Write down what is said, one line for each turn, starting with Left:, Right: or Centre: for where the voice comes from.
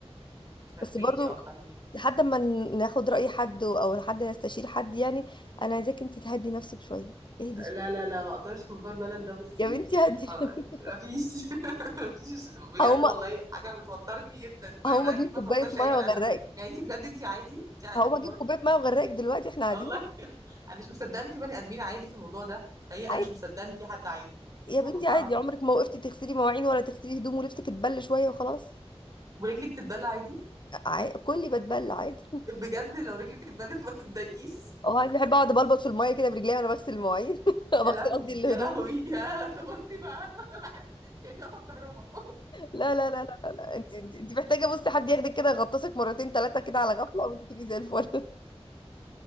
Right: فهماكي
Left: بس برضو
Right: اه فهماكي
Left: لحد ما ن- ناخد راي حد او لحد نستشير حد يعني انا عايزاك انت تهدي نفسك شويه اهدي
Right: لا
Left: شويه
Right: لا لا ما اقدرش موضوع الملل ده بصي
Left: يا بنتي
Right: يعني
Left: هدي نفسك
Right: خلاص، مفيش <laughs> مفيش بجد
Left: هقوم
Right: والله حاجه بتوترني جدا مع
Left: هقوم
Right: انها
Left: اجيب
Right: اكيد ما
Left: كوبايه
Right: توترش
Left: ميه
Right: اي بني
Left: واغرقك
Right: ادم يعني انت بجد انت عادي انت عادي
Left: هقوم
Right: والله
Left: اجيب كوبايه ميه واغرقك دلوقتي احنا قاعدين
Right: والله <laughs> انا مش مصدقه ان في بني ادمين عادي في الموضوع ده الحقيقه انا
Left: عادي
Right: مش مصدقه ان في حد عادي
Left: يا
Right: والله
Left: بنتي عادي
Right: العظيم
Left: عمرك ما وقفتي تغسلي مواعين ولا تغسلي هدوم ولبسك اتبل شويه وخلاص
Right: ورجلك تتبل عادي
Left: عا- كلي بتبل عادي
Right: بجد لو رجلك اتبلت ما تتضايقيش
Left: اه انا بحب اقعد بلبط في الميه كده برجلي وانا بغسل المواعين
Right: <laughs>
Left: <laughs> بغسل
Right: يا لهوي
Left: قصدي الهدوم
Right: يا لهوي <laughs> يا ده بصي بقى <laughs> أنا بحس كاني واقفه في كهرباء <laughs>
Left: لا لا لا لا لا, لا. انت انت انت محتاجه بصي حد ياخدك كده يغطسك مرتين ثلاثه كده على غفله وانت تبقي زي الفل <laughs>